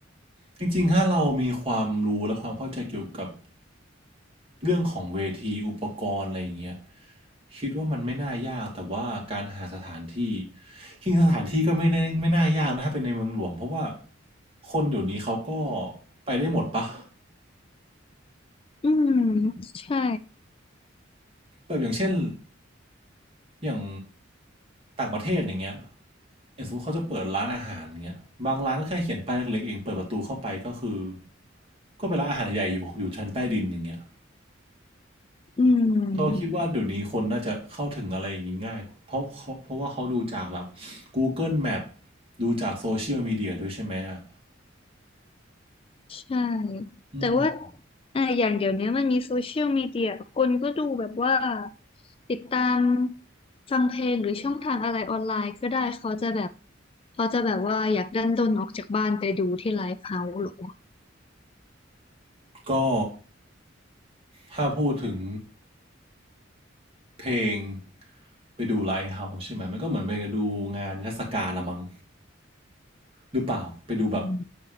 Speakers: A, on the right; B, on the left.
A: จริงๆถ้าเรามีความรู้และความเข้าใจเกี่ยวกับเรื่องของเวทีอุปกรณ์อะไรอย่างเงี้ยคิดว่ามันไม่น่ายากแต่ว่าการหาสถานที่จริงๆสถานที่ก็ไม่ได้ไม่น่ายากนะถ้าเป็นในเมืองหลวงเพราะว่าคนเดี๋ยวนี้เขาก็ไปได้หมดปะ
B: อืมใช่
A: แบบอย่างเช่นอย่างต่างประเทศอย่างเงี้ยอย่างสมมติเขาจะเปิดร้านอาหารอย่างเงี้ยบางร้านก็แค่เขียนป้ายเล็กๆเองเปิดประตูเข้าไปก็คือก็เป็นร้านอาหารใหญ่อยู่อยู่ชั้นใต้ดินอย่างเงี้ย
B: อืม
A: เราคิดว่าเดี๋ยวนี้คนน่าจะเข้าถึงอะไรอย่างนี้ง่ายเพราะเขาเพราะว่าเขาดูจากแบบ Google Map ดูจากโซเชียลมีเดียด้วยใช่ไหมอ่ะ
B: ใช่
A: อืม
B: แต่ว่าอ่าอย่างเดี๋ยวนี้มันมีโซเชียลมีเดียคนก็ดูแบบว่าติดตามฟังเพลงหรือช่องทางอะไรออนไลน์ก็ได้เขาจะแบบเขาจะแบบว่าอยากดันด้นออกจากบ้านไปดูที่ไลฟ์เฮาส์หรอ
A: ก็ถ้าพูดถึงเพลงไปดูไลฟ์เฮาส์ใช่ไหมมันก็เหมือนไปดูงานเทศกาลละมั้งหรือเปล่าไปดูแบบ
B: อ